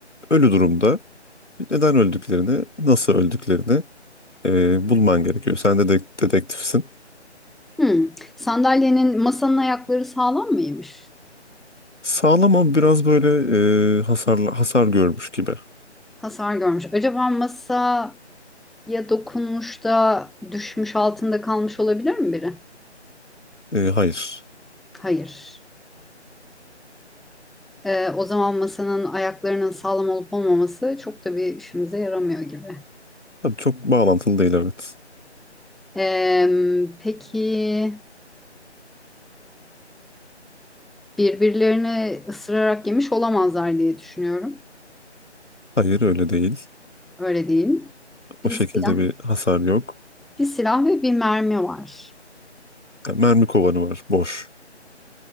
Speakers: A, on the left; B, in the centre.
A: ölü durumda. Neden öldüklerini, nasıl öldüklerini e, bulman gerekiyor. Sen de dedek- dedektifsin.
B: Hmm. Sandalyenin masanın ayakları sağlam mıymış?
A: Sağlam ama biraz böyle e, hasar hasar görmüş gibi.
B: Hasar görmüş. Acaba masaya dokunmuş da düşmüş altında kalmış olabilir mi biri?
A: E, hayır.
B: Hayır. Ee, o zaman masanın ayaklarının sağlam olup olmaması çok da bir işimize yaramıyor gibi.
A: Tabii çok bağlantılı değil evet.
B: Eee, peki birbirlerini ısırarak yemiş olamazlar diye düşünüyorum.
A: Hayır öyle değil.
B: Öyle değil mi?
A: O
B: Bir
A: şekilde
B: silah,
A: bir hasar yok.
B: bir silah ve bir mermi var.
A: Yani mermi kovanı var, boş.